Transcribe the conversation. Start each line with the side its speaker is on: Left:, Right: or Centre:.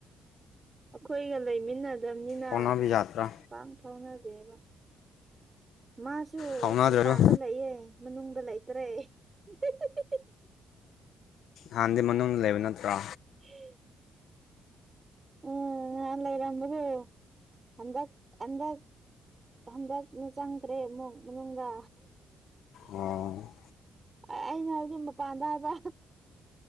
Right: ꯑꯩꯈꯣꯏꯒ ꯂꯩꯃꯤꯟꯅ ꯄꯗꯝꯅꯤꯅ
Left: ꯐꯥꯎꯅꯕ ꯌꯥꯗ꯭ꯔꯥ
Right: ꯄꯥꯛ ꯐꯥꯎꯅꯗꯦꯕ ꯃꯥꯁꯨ
Left: ꯐꯥꯎꯅꯗ꯭ꯔꯁꯨ
Right: ꯃꯄꯥꯟꯗ ꯂꯩꯌꯦ ꯃꯅꯨꯡꯗ ꯂꯩꯇ꯭ꯔꯦ ꯍ ꯍ ꯍ
Left: ꯍꯥꯟꯗꯤ ꯃꯅꯨꯡꯗ ꯂꯩꯕ ꯅꯠꯇ꯭ꯔꯣ
Right: ꯍ ꯎꯨꯝ ꯅꯥꯟ ꯂꯩꯔꯝꯕꯗꯨ ꯍꯟꯗꯛ ꯍꯟꯗꯛ ꯍꯟꯗꯛꯅ ꯆꯪꯒ꯭ꯔꯦ ꯑꯃꯨꯛ ꯃꯅꯨꯡꯗ
Left: ꯑꯣ
Right: ꯑꯩꯅ ꯍꯥꯏꯗꯤ ꯃꯄꯥꯟꯗ ꯍꯥꯏꯕ